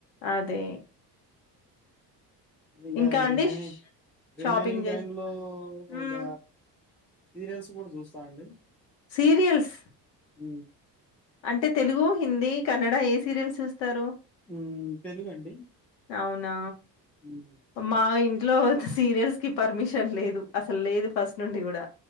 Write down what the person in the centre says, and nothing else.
ఇగ
రిమైనింగ్
రిమైనింగ్
టైమ్ లో
ఇగ సీరియల్స్ కూడా చూస్తా అండి
ఉ
మ్మ్ తెలుగండి
హ్మ్.